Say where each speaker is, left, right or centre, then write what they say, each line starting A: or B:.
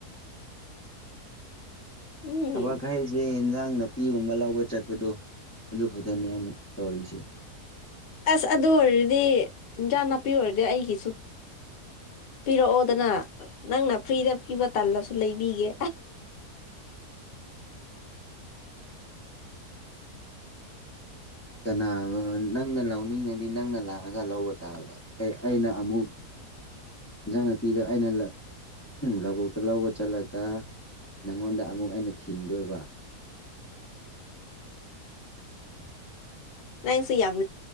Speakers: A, on the left (about 50°); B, on the left (about 20°).
A: ꯎꯝ
B: ꯊꯕꯛ ꯍꯥꯢꯁꯦ ꯏꯟꯖꯥꯡ ꯅꯥꯄꯤꯒꯨꯝꯕ ꯂꯧꯕ ꯆꯠꯄꯗꯣ ꯑꯗꯨ ꯈꯛꯇꯅꯦ ꯑꯩꯅ ꯇꯧꯔꯤꯁꯦ
A: ꯑꯁ ꯑꯗꯨ ꯑꯣꯏꯔꯗꯤ ꯏꯟꯖꯥꯡ ꯅꯥꯄꯤ ꯑꯣꯏꯔꯗꯤ ꯑꯩꯒꯤꯁꯨ ꯄꯤꯔꯛꯑꯣꯗꯅ ꯅꯪꯅ ꯐ꯭ꯔꯤꯗ ꯄꯤꯕ ꯇꯜꯂꯁꯨ ꯂꯩꯕꯤꯒꯦ ꯎ <unintelligible>
B: ꯀꯅꯥꯅꯣ ꯅꯪꯅ ꯂꯧꯅꯤꯡꯉꯗꯤ ꯅꯪꯅ ꯂꯥꯛꯑꯒ ꯂꯧꯕ ꯇꯥꯕ ꯑꯩꯅ ꯑꯃꯨꯛ ꯅꯪꯅꯄꯤꯗ ꯑꯩꯅ ꯂꯧꯕꯨꯛꯇ ꯂꯧꯕ ꯆꯠꯂꯒ ꯅꯉꯣꯟꯗ ꯑꯃꯨꯛ ꯑꯩꯅ ꯊꯤꯡꯗꯣꯏꯕ
A: ꯅꯪꯁꯦ ꯌꯥꯝ